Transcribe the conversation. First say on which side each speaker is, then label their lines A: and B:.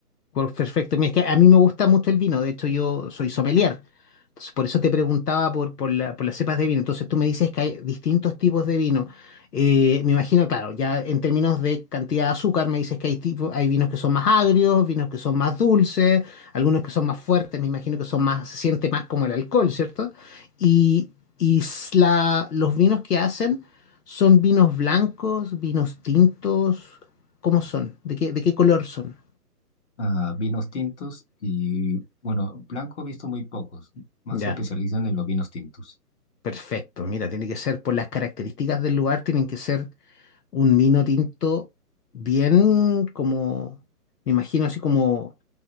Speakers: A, on the left (about 75°); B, on the left (about 45°).
A: Por- Perfecto. Mira, Es que a mí me gusta mucho el vino. De hecho, yo soy sommelier. Entonces, por eso te preguntaba por, por la- por las cepas de vino. Entonces, tú me dices que hay distintos tipos de vino. Eh, me imagino, claro, ya en términos de cantidad de azúcar, me dices que hay tipo, hay vinos que son más agrios, vinos que son más dulces, algunos que son más fuertes. Me imagino que son más, se siente más como el alcohol, ¿cierto? Y, y s- la- los vinos que hacen son vinos blancos, vinos tintos. ¿Cómo son? ¿De qué, de qué color son?
B: a vinos tintos y, bueno, blanco he visto muy pocos, más
A: Ya.
B: se especializan en los vinos tintos.
A: Perfecto, mira, tiene que ser por las características del lugar, tienen que ser un vino tinto bien como, me imagino así como,